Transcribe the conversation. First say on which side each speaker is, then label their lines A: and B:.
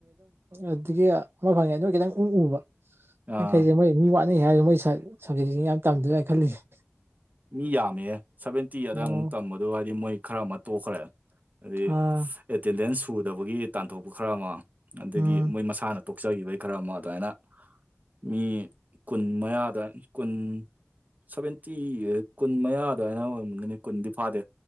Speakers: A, on the right (about 55°); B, on the right (about 35°).
A: ꯑꯗꯨꯒꯤ ꯑꯃ ꯐꯪꯉꯦ ꯅꯣꯏ ꯈꯤꯇꯪ ꯎ ꯎꯕ
B: ꯑꯥ
A: ꯅꯈꯩꯁꯦ ꯃꯣꯏ ꯃꯤꯠ ꯅ ꯍꯥꯏꯔꯤ ꯃꯣꯏ ꯁꯞꯖꯦꯛꯁꯤ ꯌꯥꯝ ꯇꯝꯗꯣꯏꯅ ꯈꯜꯂꯤꯁꯦ꯫
B: ꯃꯤ ꯌꯥꯝꯃꯦꯌꯦ ꯁꯚꯦꯟꯇꯤ ꯑꯗꯨꯗ
A: ꯑꯣ
B: ꯑꯃꯨꯛ ꯇꯝꯕꯗꯨꯣ ꯍꯥꯏꯗꯤ ꯃꯣꯏ ꯈꯔ ꯑꯃ ꯇꯣꯛꯈ꯭ꯔꯦ꯫ ꯑꯗꯩ
A: ꯑꯥ
B: ꯑꯦꯇꯦꯟꯗꯦꯟꯁ ꯁꯨꯗꯕꯒꯤ ꯇꯥꯟꯊꯣꯛꯄ ꯈꯔ ꯑꯃ ꯑꯗꯒꯤ
A: ꯎꯝ
B: ꯃꯣꯏ ꯃꯁꯥꯅ ꯇꯣꯛꯆꯈꯤꯕꯩ ꯈꯔ ꯑꯃ ꯑꯗꯨꯃꯥꯏꯅ ꯃꯤ ꯀꯨꯟ ꯃꯌꯥꯗ ꯀꯨꯟ ꯁꯕꯦꯟꯇꯤ꯫ ꯀꯨꯟ ꯃꯌꯥ ꯑꯗꯨꯃꯥꯏꯅ ꯑꯣꯏꯔꯝꯃꯝꯒꯅꯤ ꯀꯨꯟꯗꯤ ꯐꯥꯗꯦ